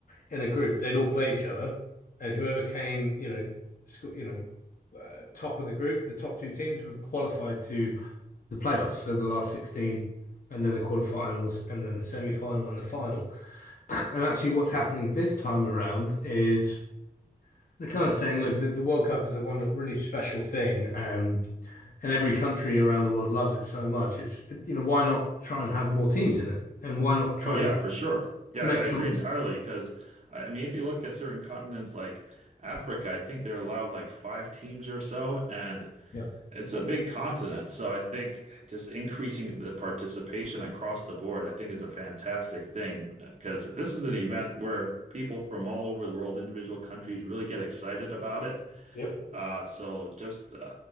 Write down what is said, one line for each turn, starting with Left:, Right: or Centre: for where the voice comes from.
Left: in a group, they'd all play each other, and whoever came, you know, sco- you know, uh, top of the group, the top two teams would qualify to the playoffs. So the last 16, and then the quarterfinals, and then the semi-final and the final. <laughs> And actually, what's happening this time around is they're kind of saying, look, the, the World Cup is a one really special thing, and and every country around the world loves it so much. It's you know, why not try and have more teams in it, and why not try
Right: Oh yeah,
Left: and
Right: for sure. Yeah,
Left: make
Right: I, I
Left: some.
Right: agree entirely because I I mean, if you look at certain continents like Africa, I think they're allowed like five teams or so, and
Left: Yep.
Right: It's a big continent, so I think just increasing the participation across the board, I think is a fantastic thing because this is an event where people from all over the world, individual countries, really get excited about it.
Left: Yep.
Right: Uh, so just, uh,